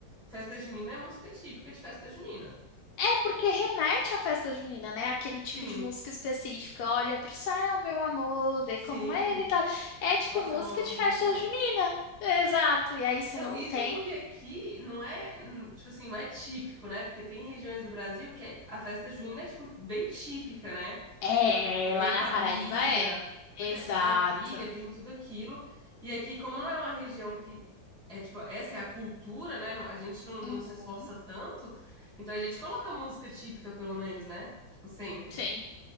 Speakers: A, in the centre; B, on the left (about 70°).
A: Festa junina é música típica de festa junina.
B: é porque remete à festa junina, né? Aquele tipo
A: Sim,
B: de música específica. Olha pro céu, meu amor, vê
A: sim.
B: como ele tá. É tipo
A: Nossa,
B: música
A: bom,
B: de festa
A: bom demais.
B: junina. Exato. E aí, se
A: Não,
B: não
A: isso
B: tem.
A: porque aqui não é, hum, tipo assim, não é típico, né? Porque tem regiões do Brasil que é- a festa junina é, tipo, bem típica, né?
B: É,
A: Tipo, Tem
B: lá na
A: quadrilha.
B: Paraíba é.
A: Pois
B: Exato.
A: é, tem quadrilha, tem tudo aquilo. E aqui, como não é uma região que é tipo, essa é a cultura, né? A gente não, não
B: Uhum.
A: se esforça tanto, então a gente coloca música típica, pelo menos, né? Tipo, sempre.
B: Sim,